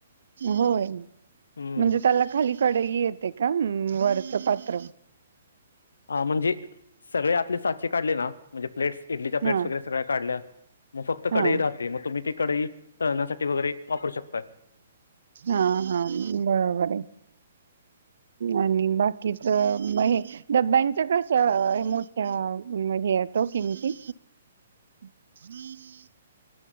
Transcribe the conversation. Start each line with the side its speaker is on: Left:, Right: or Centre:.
Right: होय म्हणजे
Left: हम्म.
Right: त्याला खाली कडेही येते का वरचं पात्र
Left: ह म्हणजे सगळे आतले साचे काढले ना म्हणजे प्लेट्स इडलीच्या प्लेट्स
Right: हा
Left: वगैरे सगळ्या काढल्या मग फक्त
Right: हा.
Left: कडई राहते मग तुम्ही ती कडाई तळण्यासाठी वगैरे वापरू शकताय.
Right: हा हा बरोबर आहे. आणि बाकीच हे. डब्यांचं कस मोठ्या हे येतो किमती हम्म!